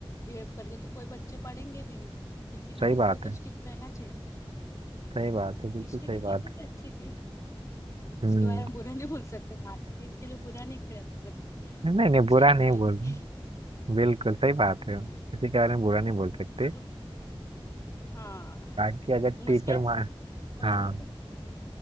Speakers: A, on the left (about 30°); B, on the right (about 70°).
A: बिहेव करके तो कोई बच्चे पढ़ेंगे भी नहीं किसी
B: सही
A: ना किसी
B: बात
A: को
B: है
A: तो स्ट्रिक्ट रहना चाहिए
B: सही बात है बिल्कुल
A: हिस्ट्री
B: सही
A: की
B: बात
A: टीचर
B: है
A: भी अच्छी थी
B: हम्म
A: उसके बारे में बुरा नहीं बोल सकते मार्केट इसके लिए बुरा नहीं कर सकते
B: <laughs> नहीं नहीं
A: अच्छा
B: बुरा
A: ही बोलेगी
B: नहीं बोल रहे बिल्कुल सही बात
A: हम्म
B: है किसी के बारे में बुरा नहीं
A: उस,
B: बोल सकते
A: उस, हाँ
B: बाकी अगर टीचर
A: उसके
B: मा
A: बोलेगे
B: हाँ
A: तो